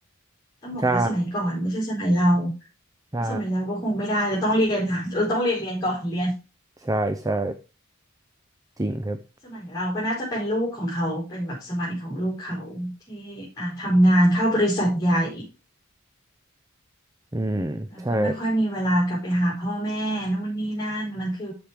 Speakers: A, on the left (about 20°); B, on the right (about 15°).
A: ต้องบอกว่าสมัยก่อนไม่ใช่สมัยเรา
B: ใช่
A: เพราะสมัยเราก็คงไม่ได้เราต้องเรียนค่ะเราต้องเรียนเรียนก่อนเรียน
B: ใช่ใช่ใช่จริงครับ
A: สมัยเราก็น่าจะเป็นลูกของเขาเป็นแบบสมัยของลูกเขาที่อ่ะทำงานเข้าบริษัทใหญ่
B: อืมใช่
A: แล้วก็ไม่ค่อยมีเวลากลับไปหาพ่อแม่นู่นนี่นั่นมันคือ